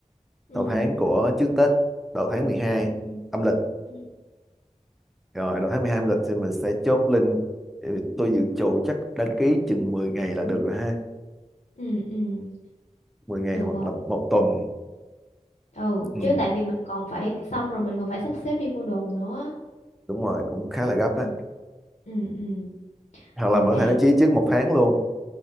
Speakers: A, on the left; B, in the centre.
A: ừ
B: đầu tháng của trước Tết đầu tháng mười hai
A: ừ
B: âm lịch
A: ừ
B: rồi đầu tháng mười
A: Rồi.
B: hai âm lịch thì mình sẽ chốt link Thì tôi dự trù chắc đăng ký chừng 10 ngày là được rồi ha
A: ừ ừ.
B: 10 ngày
A: được
B: hoặc
A: rồi
B: là một tuần
A: ừ
B: ừ,
A: chứ tại vì mình còn phải xong rồi mình còn phải sắp xếp đi mua đồ nữa
B: đúng rồi cũng khá là gấp
A: ừ
B: á
A: ừ ừ
B: hoặc
A: 10
B: là mình
A: ngày
B: có thể đăng ký trước một tháng luôn